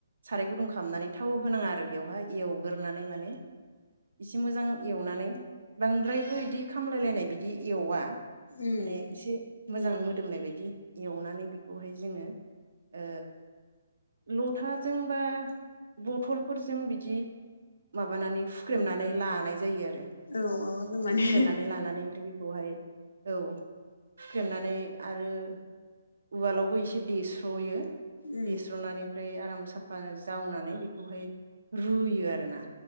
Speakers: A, on the right; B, on the left.
A: साराय गुदुं खालामनानै थाव होनाङा आरो बेवहाय एवग्रोनानै माने एसे मोजां एवनानै बांद्रायबो इदि खामलायलायनाय बिदि एवा
B: उम
A: माने एसे मोजां मोदोमनाय बायदि एवनानै बेखौहाय जोङो ओ लथाजों बा बथलफोरजों बिदि माबानानै हुख्रेमनानै लानाय जायो आरो
B: औ माबाजों माने
A: फुख्रेमनानै लानानै ओमफ्राय खौहाय औ हुख्रेमनानै आरो उवालावबो एसे देस्र'यो
B: उम
A: देस्रनानै ओमफ्राय आराम साफा जावनानै बेखौहाय रुयो आरोना